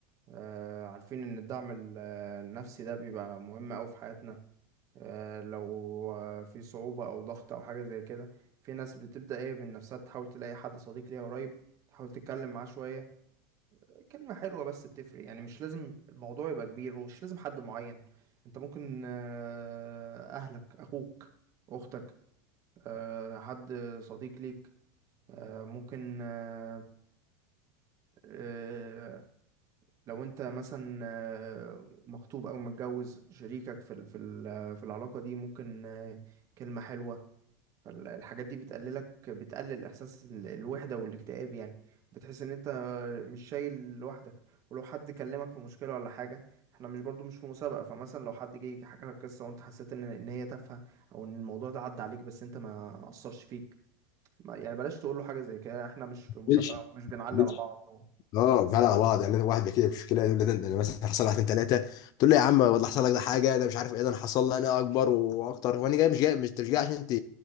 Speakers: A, on the right; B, on the left.
A: آه، عارفين ان الدعم ال- آه، النفسي ده بيبقى مهم اوي في حياتنا آه، لو آه، في صعوبة أو ضغط أو حاجة زي كده في ناس بتبدأ إيه من نفسها تحاول تلاقي حد صديق ليها قريب تحاول تتكلم معاه شوية كلمة حلوة بس بتفرق يعني مش لازم الموضوع يبقى كبير ومش لازم حد معين أنت ممكن آه، أهلك أخوك أختك آه، حد صديق ليك آه، ممكن آه، آه، لو انت مثلا آه، مخطوب او متجوز شريكك في ال- في ال- في العلاقه دي ممكن آه، كلمه حلوه فالحاجات دي بتقللك بتقلل احساس ال- الوحده والاكتئاب يعني بتحس ان انت مش شايل لوحدك ولو حد كلمك في مشكله ولا حاجه احنا مش برضو مش في مسابقه فمثلا لو حد جه حكى لك قصه وانت حسيت ان ان هي تافهه او ان الموضوع ده عدى عليك بس انت ما اثرش فيك ما يعني بلاش تقول له حاجه زي كده احنا مش في مسابقه
B: دلش
A: ومش بنعلي
B: دلش
A: على بعض و...
B: اه فعلا على بعض يعني واحد بيحكي لي مشكله يقول لي ده ده انا مثلا حصل واحد اتنين تلاته تقول له يا عم والله حصل لك ده حاجه ده مش عارف ايه ده انا حصل لي انا اكبر واكتر وانا جاي مش جاي مش أنت مش جاي عشان انت